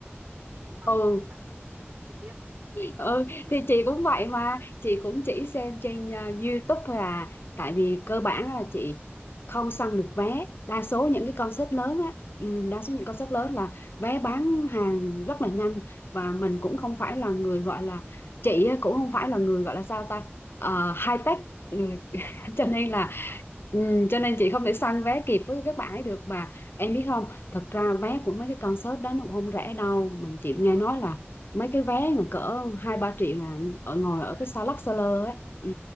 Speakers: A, on the right; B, on the left.
A: thì cũng mong
B: ừ
A: là một lần được trực tiếp
B: ừ
A: trực tiếp đi
B: thì chị cũng vậy mà chị cũng chỉ xem trên à, YouTube thôi à tại vì cơ bản là chị không săn được vé đa số những cái concert
A: vâng
B: lớn á ừ, đa số những concert lớn là vé bán hàng rất là nhanh và mình cũng không phải là người gọi là chị á, cũng không phải là người gọi là sao ta Ờ, high tech người <laughs> cho nên
A: vâng
B: là
A: vâng
B: Ừ, cho nên chị không thể săn vé kịp với các bạn ấy được mà em biết không thật ra vé của mấy cái concert đó nó cũng không rẻ đâu mình chị nghe
A: vâng
B: nói là mấy cái vé mà cỡ hai ba triệu là ở ngồi ở
A: hai
B: cái
A: ba
B: xa
A: triệu
B: lắc xa lơ ấy ừ.